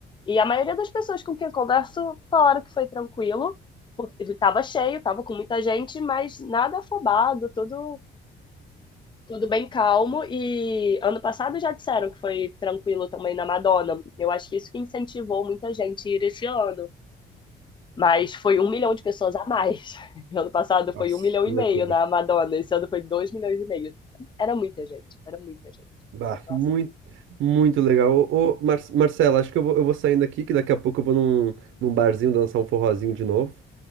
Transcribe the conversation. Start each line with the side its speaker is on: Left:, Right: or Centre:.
Left: E a maioria das pessoas com quem eu converso falaram que foi tranquilo, porque estava cheio, estava com muita gente, mas nada afobado, tudo tudo bem calmo. E ano passado já disseram que foi tranquilo também na Madonna. Eu acho que isso que incentivou muita gente a ir esse ano. Mas foi um milhão de pessoas a mais. <laughs> Ano passado
Right: Nossa,
Left: foi um milhão
Right: que
Left: e
Right: loucura.
Left: meio na Madonna. Esse ano foi dois milhões e meio. Era muita gente, era muita gente.
Right: Bah,
Left: Nossa,
Right: muito, muito legal. Ô, ô, Mar Marcela, acho que eu vou, eu vou saindo aqui, que daqui a pouco eu vou num, num barzinho dançar um forrozinho de novo.